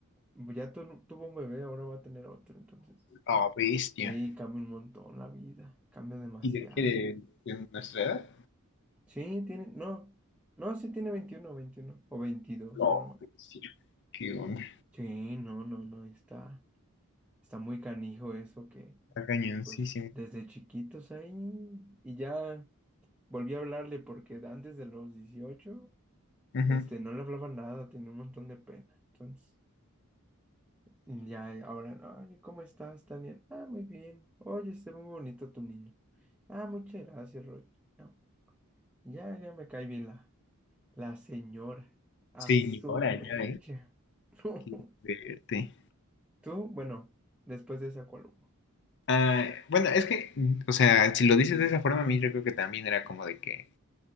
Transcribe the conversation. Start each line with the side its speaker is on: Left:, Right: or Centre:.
Centre: ya tu- tuvo un bebé, ahora va a tener otro. Entonces,
Left: una bestia.
Centre: sí, cambia un montón la vida, cambia demasiado.
Left: ¿Y de qué? ¿De de nuestra edad?
Centre: Sí, tiene, no, no, sí tiene veintiuno veintiuno o veintidós
Left: No,
Centre: ya no me-
Left: sí, qué onda.
Centre: Sí, no, no, no, está, está muy canijo eso que,
Left: Está cañoncísimo.
Centre: pues desde chiquitos ahí y ya volví a hablarle porque antes de los 18
Left: Ujú.
Centre: este, no le hablaba nada, tenía un montón de pena. Entonces... Mm, Ya, eh, ahora, no, oye, ¿cómo estás, Tania? Ah, muy bien. Oye, está muy bonito tu niño. Ah, muchas gracias, Roger. No, ya, ya me cae bien la, la señora. A
Left: Señora,
Centre: su mecha.
Left: ya, ¿eh?
Centre: <laughs> No.
Left: Qué fuerte.
Centre: Tú, bueno, después de esa columna.
Left: Ah, bueno, es que, mm, o sea, si lo dices de esa forma, a mí yo creo que también era como de que.